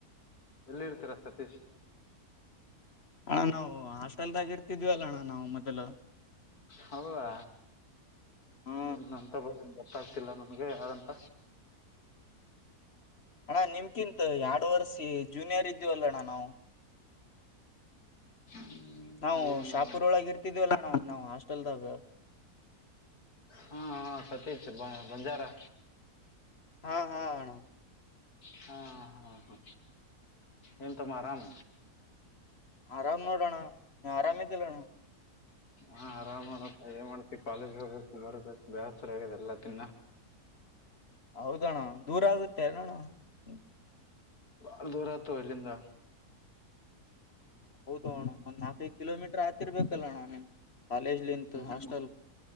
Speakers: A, on the left; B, on the left.
A: ಎಲ್ಲಿ ಇರ್ತಾರ ಸತೀಶ
B: ಅಣ್ಣಾ ನಾವು ಹಾಸ್ಟೆಲ್ದಾಗಿ ಇರ್ತಿದ್ವಿ ಅಲ್ಲ ಅಣ್ಣಾ ನಾವು ಮೊದಲು
A: ಹೌದಾ
B: ಹೂ
A: ಏನಂತ ಬರೋದು ಗೊತ್ತಾಗ್ತಿಲ್ಲ ನಿಮಗೆ ಯಾರು ಅಂತ
B: ಅಣ್ಣ ನಿಮಗಿಂತ ಎರಡು ವರ್ಷ ಜೂನಿಯರ್ ಇದ್ವಿ ಅಣ್ಣ ಅಲ್ಲ ನಾವು
A: ಹ್ಮ್,
B: ನಾವು
A: ಏನು
B: ಶಾಪೂರ ಒಳಗ ಇರ್ತಿದ್ವಲ್ಲಣ್ಣ ನಾವ್ ಹಾಸ್ಟೆಲ್ದಾಗ
A: ಹಾ ಹಾ ಸತೀಶ್ ಬ ಬಂಜಾರಾ.
B: ಹಾ ಹಾ ಅಣ್ಣಾ
A: ಹಾ ಹಾ ಹಾ ಎನು ತ ಮಾಡರ ಆಮ
B: ಆರಾಮ ನೋಡೋಣ ನೀ ಆರಾಮ ಇದ್ದಿಲ್ಲಣ್ಣ.
A: ಹಾ ಆರಾಮ್ ಮಾಡಪ್ಪ ಏನ್ ಮಾಡ್ತಿ ಕಾಲೇಜ ಹೋಗಬೇಕು ಬರ್ಬೇಕು ಬೇಸರ ಆಗಿದೆ ಎಲ್ಲಾ ತಿನ್ನ
B: ಹೌದ ಅಣ್ಣಾ ದೂರ ಆಗುತ್ತ ಶರಣ ಅಣ್ಣ
A: ಬಾಳ ದೂರ ಆತ ಇಲ್ಲಿಂದ.
B: ಹೌದ ಅಣ್ಣ ಒಂದ್ ನಾಲ್ಕೈದು ಕಿಲೋಮೀಟರ್ ಆಗ್ತಿರ್ಬೇಕಲ್ಲ ಅಣ್ಣ ನಿಮ್ಗೆ ಕಾಲೇಜಿಂದ
A: ಹ್ಮ್
B: ಹಾಸ್ಟೆಲ್